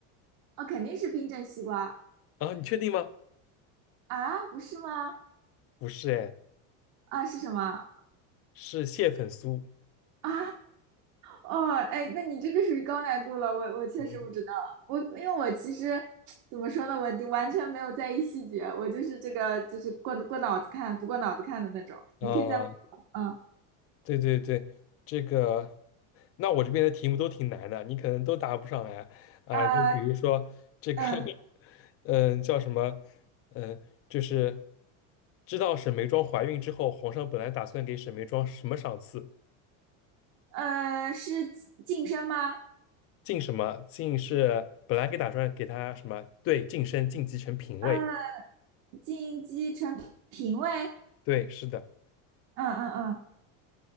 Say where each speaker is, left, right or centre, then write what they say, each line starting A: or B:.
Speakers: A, on the right; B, on the left.
A: 哦，肯定是冰镇西瓜
B: 啊，你确定吗？
A: 啊？不是吗？
B: 不是哎，
A: 啊，是什么
B: 是蟹粉酥。
A: 啊？哦，哎，那你这个属于高难度了，我我确实不知道，
B: 嗯，
A: 我因为我其实 <tsk> 怎么说呢，我就完全没有在意细节，我就是这个就是过过脑子看，不过脑子看的那种。
B: 啊，
A: 你可以再问我，嗯，
B: 对对对，这个，那我这边的题目都挺难的，你可能都答不上来啊。
A: 呃，
B: 就比如说这个，
A: 嗯，
B: <laughs> 嗯，叫什么？嗯，就是知道沈眉庄怀孕之后，皇上本来打算给沈眉庄什么赏赐？
A: 呃，是晋升吗？
B: 晋什么？晋是本来给打算给她什么？对，晋升晋级成嫔位。
A: 嗯，晋级成评委？
B: 对，是的。
A: 嗯嗯嗯，